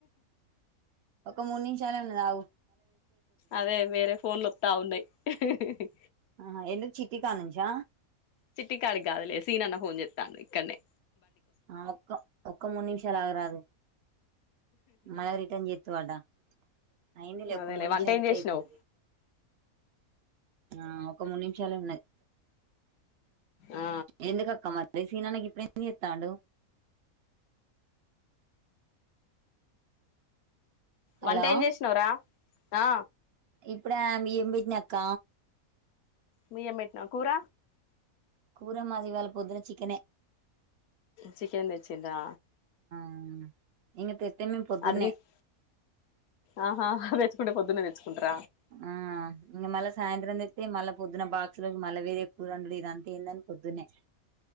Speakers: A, on the right (about 65°); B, on the left (about 80°).
A: ఒక మూడు నిమ్షాలే ఉన్నాదావు
B: అదే వేరే ఫోన్లోత్త ఉన్నాయి. హిహిహి
A: ఆ ఎందుకు చిట్టి కానుంచా
B: చిట్టి కాడికి గదులే సీనన్న ఫోనచేతండు ఇక్కనేే
A: ఆ ఒక్క ఒక్క మూడు నిమ్షాలాగరాదు మై రిటర్న్ చేతూ వాట అయిందిలే ఒక్క
B: అదేలే
A: మూడు నిమ్షాలైతే
B: వంట ఏం చేసినావు
A: అయిపోది ఆ ఒక మూడు నిమిషాలె ఉన్నది.
B: ఆ
A: ఎందుకు అక్క మళ్ళీ సినన్న గిప్పుడేం చెత్తండు హలో
B: వంటెమ్ చేసినవు రా ఆ
A: ఇప్పుడే ఆమ్ బియ్యం బెట్నా అక్క
B: బియ్యం బెట్నా కూర
A: కూర మాది ఇవాళ పొద్దున చికనే
B: చికెన్ తెచ్చిండ్రా
A: ఉమ్ ఇంగ తెతే మేమ్ పొద్దున్నే
B: అటు తీస్ ఆహా హ తెచ్చుకుంటే పొద్దున్నే తెచ్చుకుంటర
A: ఆ ఆ మళ్ళ సాయంత్రం తెస్తే మళ్ళ పొద్దున్న బాక్సు లోకి మళ్ళా వేరే కూర అండుడు ఏదీ ఇదంత ఏందని పొద్దున్నే